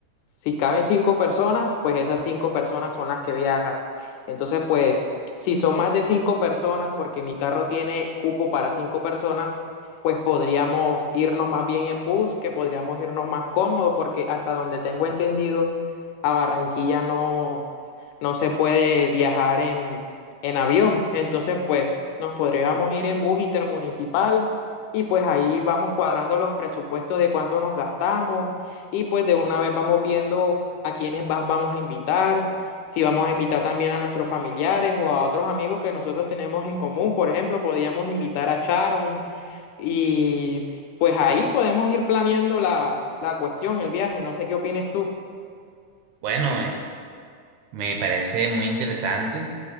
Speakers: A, on the left (about 80°); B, on the right (about 75°).
A: Si caben cinco personas, pues esas cinco personas son las que viajan. Entonces, pues, si son más de cinco personas, porque mi carro tiene cupo para cinco personas, pues podríamos irnos más bien en bus, que podríamos irnos más cómodos, porque hasta donde tengo entendido, a Barranquilla no, no se puede viajar en, en avión. Entonces, pues, nos podríamos ir en bus intermunicipal y pues ahí vamos cuadrando los presupuestos de cuánto nos gastamos y pues de una vez vamos viendo a quiénes va- vamos a invitar, si vamos a invitar también a nuestros familiares o a otros amigos que nosotros tenemos en común. Por ejemplo, podíamos invitar a Sharon y pues ahí podemos ir planeando la, la cuestión, el viaje. No sé qué opines tú.
B: Bueno, eh, me parece muy interesante.